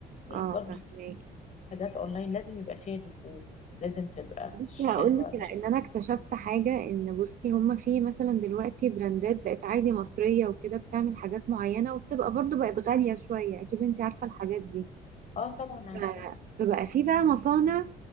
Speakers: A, on the left; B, on the right.
A: يعني
B: اه
A: برضو
B: فهماكي
A: حاجات اونلاين لازم يبقى فيها ديفو لازم تبقى مش
B: بصي هقول
A: حلوه
B: لك لأن
A: مش
B: أنا اكتشفت حاجة إن بصي هما في مثلا دلوقتي براندات بقت عادي مصرية وكده بتعمل حاجات معينة وبتبقى برضو بقت غالية شوية أكيد أنت عارفة الحاجات دي
A: اه طبعا عارفه
B: ف- فبقى في بقى مصانع